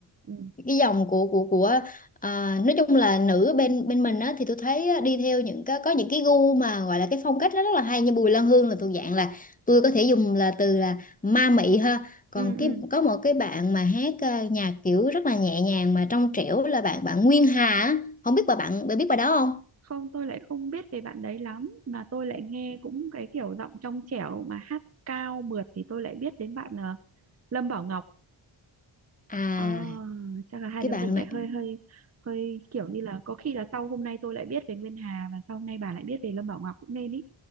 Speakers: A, on the right; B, on the left.
A: ừ
B: cái dòng của của của à, nói chung là nữ bên bên mình á thì tôi thấy á, đi theo những cái có những cái gu mà gọi là cái phong cách nó rất là hay như Bùi Lan Hương là thuộc dạng là tôi có thể dùng là từ là ma mị ha còn
A: ừ
B: cái
A: ừ
B: có một cái bạn mà hát à, nhạc kiểu rất là nhẹ nhàng mà trong trẻo là bạn bạn Nguyên Hà á. không biết bà bạn bà biết bà đó không
A: không tôi lại không biết về bạn đấy lắm mà tôi lại nghe cũng cái kiểu giọng trong trẻo mà hát cao mượt thì tôi lại biết đến bạn ờ, Lâm Bảo Ngọc
B: à
A: à, chắc là hai
B: cái
A: đứa
B: bạn
A: mình
B: này
A: lại hơi hơi hơi kiểu như là có khi là sau hôm nay tôi lại biết về Nguyên Hà và sau hôm nay bà lại biết về Lâm Bảo Ngọc cũng nên ý